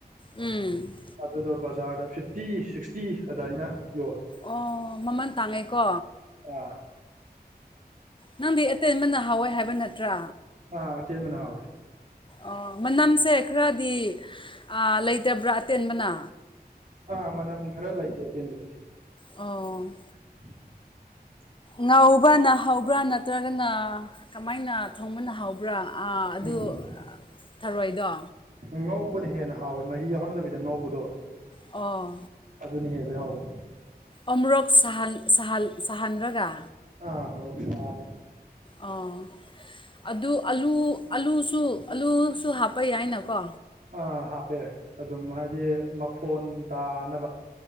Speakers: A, on the left; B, on the right.
A: ꯎꯝ
B: ꯑꯗꯨꯗꯣ ꯕꯖꯥꯔꯗ ꯐꯤꯐꯇꯤ ꯁꯤꯛꯁꯇꯤ ꯑꯗꯥꯏꯅ ꯌꯣꯜꯂꯦ
A: ꯑꯣ ꯃꯃꯜ ꯇꯥꯡꯉꯦꯀꯣ
B: ꯑ
A: ꯅꯪꯗꯤ ꯑꯇꯦꯟꯕꯅ ꯍꯥꯎꯋꯦ ꯍꯥꯏꯕ ꯅꯠꯇ꯭ꯔꯥ
B: ꯑ ꯑꯇꯦꯟꯕꯅ ꯍꯥꯎꯋꯦ
A: ꯑꯣ ꯃꯅꯝꯁꯦ ꯈꯔꯗꯤ ꯑ ꯂꯩꯇꯕ꯭ꯔꯥ ꯑꯇꯦꯟꯕꯅ
B: ꯑ ꯃꯅꯝ ꯈꯔ ꯂꯩꯇꯦ ꯑꯇꯦꯟꯕꯗꯨꯗꯤ
A: ꯑꯣ
B: <unintelligible>
A: ꯉꯧꯕꯥꯅ ꯍꯧꯕ꯭ꯔꯥ ꯅꯠꯇ꯭ꯔꯒꯅ ꯀꯃꯥꯏꯅ ꯊꯣꯡꯕꯅ ꯍꯥꯎꯕ꯭ꯔꯥ ꯑ ꯑꯗꯨ
B: ꯎꯝ
A: ꯊꯔꯣꯏꯗꯣ
B: ꯉꯧꯕꯅ ꯍꯦꯟꯅ ꯍꯥꯎꯋꯦ ꯃꯍꯤ ꯌꯥꯎꯍꯟꯗꯕꯤꯗ ꯉꯧꯕꯗꯣ
A: ꯑꯣ
B: ꯑꯗꯨꯅ ꯍꯦꯜꯂꯦ ꯍꯥꯎꯕ
A: ꯑꯃꯨꯨꯔꯛ ꯁꯥꯍꯟ ꯁꯥꯍꯜ ꯁꯥꯍꯟꯔꯒ
B: ꯑ ꯃꯣꯔꯣꯛ ꯁꯅꯥ
A: ꯑꯣ ꯑꯗꯨ ꯑꯂꯨ ꯑꯂꯨꯁꯨ ꯑꯂꯨꯁꯨ ꯍꯥꯞꯄ ꯌꯥꯏꯅꯀꯣ
B: ꯑꯥ ꯍꯥꯞꯄꯦ ꯑꯗꯨꯝ ꯍꯥꯏꯗꯤ ꯃꯐꯣꯟ ꯇꯥꯅꯕ